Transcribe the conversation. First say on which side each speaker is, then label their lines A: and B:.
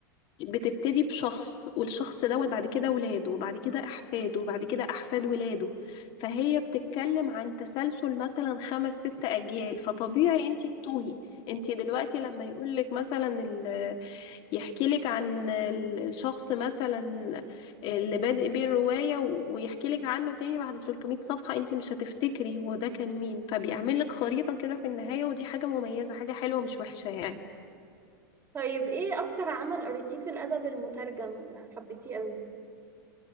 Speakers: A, on the left; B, on the right.
A: بتبتدي بشخص والشخص دوت بعد كده ولاده وبعد كده احفاده وبعد كده احفاد ولاده فهي بتتكلم عن تسلسل مثلا خمس ست اجيال فطبيعي انت تتوهي انت دلوقتي لما يقولك مثلا ال... يحكي لك عن ال- الشخص مثلا اللي بادئ بيه الرواية و- ويحكي لك عنه تاني بعد 300 صفحة انت مش هتفتكري هو ده كان مين فبيعمل لك خريطة كده في النهاية ودي حاجة مميزة حاجة حلوة مش وحشة يعني
B: طيب ايه اكتر عمل قريتيه في الادب المترجم حبيتيه قوي